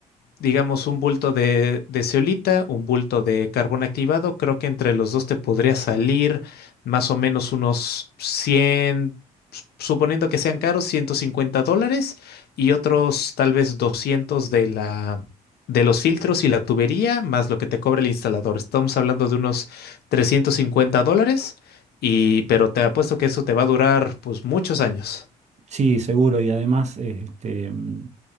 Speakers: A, on the left; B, on the right.
A: digamos, un bulto de, de zeolita, un bulto de carbón activado. Creo que entre los dos te podría salir más o menos unos cien s- suponiendo que sean caros, ciento cincuenta dólares y otros tal vez 200 de la... de los filtros y la tubería, más lo que te cobra el instalador. Estamos hablando de unos 350 dólares, y, pero te apuesto que eso te va a durar pues muchos años.
B: Sí, seguro, y además este, mm,